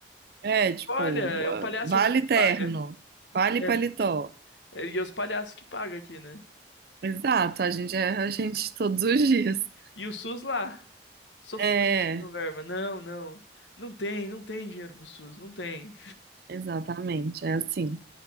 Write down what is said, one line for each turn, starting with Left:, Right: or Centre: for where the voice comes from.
Right: É, tipo,
Left: Olha, é o palhaço
Right: vale
Left: aqui que
Right: terno,
Left: paga.
Right: vale
Left: É.
Right: paletó.
Left: É, E é os palhaços que pagam aqui, né?
Right: Exato, a gente é a gente <laughs> todos os dias.
Left: E o SUS lá, sofrendo
Right: É,
Left: com verba. Não, não. Não tem, não tem dinheiro pro SUS, não tem.
Right: exatamente, é assim.